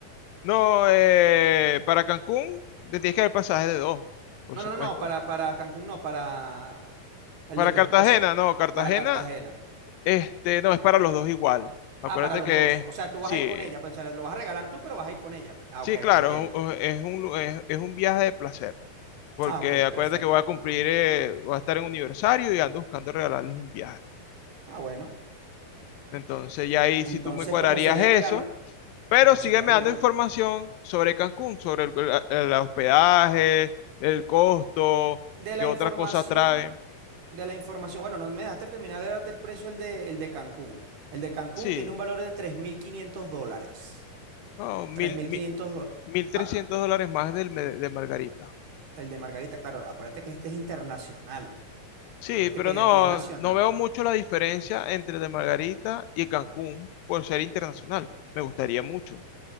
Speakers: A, on the left; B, on the right.
A: No, eh, para Cancún te tienes que dar el pasaje de dos, por
B: No,
A: supuesto.
B: no, no, no, para, para Cancún no, para el
A: Para
B: de tu
A: Cartagena,
B: esposa,
A: no, Cartagena,
B: para Cartagena.
A: este, no, es para los dos igual. Acuérdate
B: Ah, para los
A: que
B: dos. O sea, tú vas
A: sí,
B: a ir con ella, pero o sea, lo vas a regalar tú, pero vas a ir con ella. pues. Ah,
A: sí,
B: ok,
A: claro,
B: ok, entiendo.
A: es un, es un lu- es- es un viaje de placer, porque
B: Ah, ok,
A: acuérdate
B: perfecto.
A: que voy a cumplir, eh, voy a estar en un aniversario y ando buscando regalarles un viaje.
B: Ah, bueno.
A: Entonces ya ahí
B: Entonces,
A: si tú me cuadrarías
B: ¿cómo sería
A: eso,
B: el regalo?
A: pero
B: ¿Cómo
A: sígueme
B: sería el regalo?
A: dando información sobre Cancún, sobre el el- el hospedaje, el costo,
B: De la
A: qué otra
B: información,
A: cosa trae.
B: de la información, bueno, no me dejaste terminar de darte el precio el de, el de Cancún. El de Cancún
A: Sí,
B: tiene un valor de 3.500 dólares.
A: no, mil,
B: tres mil
A: mil,
B: quinientos dólares.
A: mil trescientos
B: Ah,
A: dólares más del me- de Margarita.
B: el de Margarita, claro, acuérdate que este es internacional.
A: Sí,
B: Acuérdate
A: pero
B: que
A: no,
B: aquí es nacional.
A: no veo mucho la diferencia entre el de Margarita y Cancún por ser internacional. Me gustaría mucho.